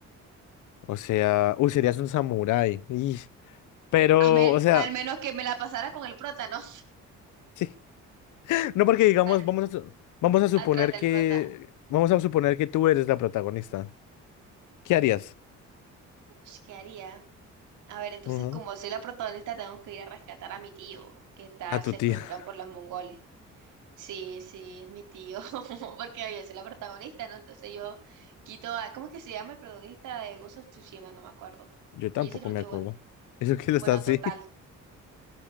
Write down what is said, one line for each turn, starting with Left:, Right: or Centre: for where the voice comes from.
Left: O sea, uy, serías un samurái. Y- Pero,
Right: A me-
Left: o sea,
Right: al menos que me la pasara con el prota, ¿no?
Left: sí. No porque digamos,
Right: <laughs> A-
Left: vamos a, su- vamos a suponer
Right: Atrás del
Left: que,
Right: prota.
Left: vamos a suponer que tú eres la protagonista. ¿Qué harías?
Right: Uy, ¿qué haría? A ver, entonces
Left: Ujú.
Right: como soy la protagonista, tengo que ir a rescatar a mi tío que está
Left: A
Right: secuestrado
Left: tu tía.
Right: por los mongoles. Sí, sí, es mi tío, <laughs> porque yo soy la protagonista, ¿no? Entonces yo quito a, ¿cómo es que se llama el protagonista de Ghost of Tsushima? No me acuerdo.
Left: Yo tampoco
Right: Y eso que lo
Left: me
Right: estoy
Left: acuerdo.
Right: jugando.
Left: <laughs> Eso que
Right: Bueno,
Left: está así.
Right: total.
Left: <laughs>